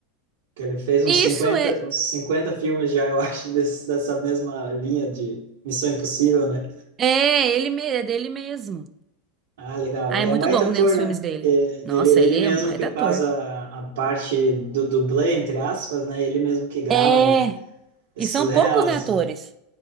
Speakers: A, on the right; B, on the right.
A: que ele fez uns
B: isso
A: cinquenta
B: é.
A: uns cinquenta filmes já, eu <laughs> acho, desse, dessa mesma linha de Missão Impossível, né?
B: É, ele me- é dele mesmo.
A: Ah, legal.
B: Ah,
A: Ele
B: é
A: é
B: muito
A: um baita
B: bom,
A: ator,
B: né? Os
A: né?
B: filmes dele.
A: É,
B: Nossa,
A: Ele, ele
B: ele
A: mesmo
B: é um baita
A: que faz
B: ator.
A: a, a parte do dublê, entre aspas, né? Ele mesmo que grava,
B: É.
A: né? É
B: E
A: surreal,
B: são poucos,
A: assim.
B: né, atores